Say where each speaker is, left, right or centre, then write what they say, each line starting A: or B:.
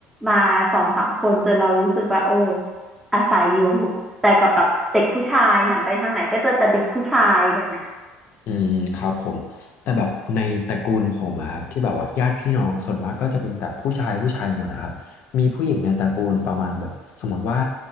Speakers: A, in the centre; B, on the left (about 55°).
A: มาสองสามคนจนเรารู้สึกว่าโอ้อาศัยอยู่แต่กับแบบเด็กผู้ชายหันไปทางไหนก็เจอแต่เด็กผู้ชายแบบเนี้ย
B: อืมครับผมแต่แบบในตระกูลผมอะครับที่แบบว่าญาติพี่น้องส่วนมากก็จะเป็นแต่ผู้ชายผู้ชายหมดอะครับมีผู้หญิงในตระกูลประมาณแบบสมมติว่า